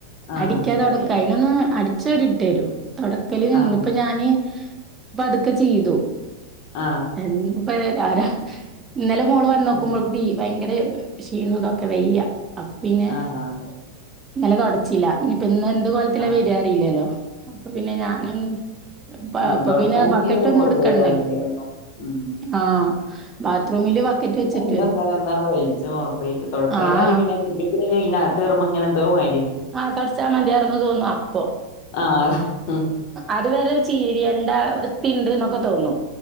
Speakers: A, on the left; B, on the right.
A: ആഹ്
B: അടിക്കാതൊടക്ക
A: കാര്യായിട്ട്
B: അയിനൊന്ന് അ ചരിദ്തരും തുടക്കല് നിന്നിപ്പ
A: ആഹ്
B: ഞാന് അപ്പ അതുൊക്കെ ചെയ്തു
A: ആ
B: ഇന്നിപ്പോ ഇന്നലെ മോള് വന്ന
A: ഉം
B: ക്കുമ്പോബി ഭയങ്കര ക്ഷീണതൊക്കെ വെയ്യ പിന്നെ
A: ആഹ് അതെ
B: ഇന്നല തൊടച്ചില്ല ഇനിപ്പന്ന അതുപോല്ത്തെ
A: ആഹ്
B: വരാറില്ലല്ലോ അപ്പൊ പിന്നെ ഞാനൊപ്പ
A: ഉം തൊടക്കാഞ്ഞാലൊരു
B: പിന്നെ ബക്കറ്റ് ഒന്നും
A: പൊറുതേടാണ്
B: എടുക്കണ്ടല്ലോ
A: എന്നും ഉം
B: ആ ബ ബാത്റൂമില് ബക്കറ്റ് വെച്ചി
A: ഇന്ന ഇങ്ങനെ എന്താണ് വലിച്ചോ വൈകിട്ട് തുടക്കാല്
B: ആഹ്
A: എന്നാല് പിന്നെതിനാത്ത് കേറുമ്പോ ഇങ്ങനെ എന്തോമാതിരി
B: ആ തുടച്ചാ മതിയാർന്ന് തോന്നും അപ്പൊ
A: ആഹ് ഉം
B: അത് വേറെ ചീരിയണ്ട വൃത്തി ഉണ്ട് ന്നൊക്കെ തോന്നു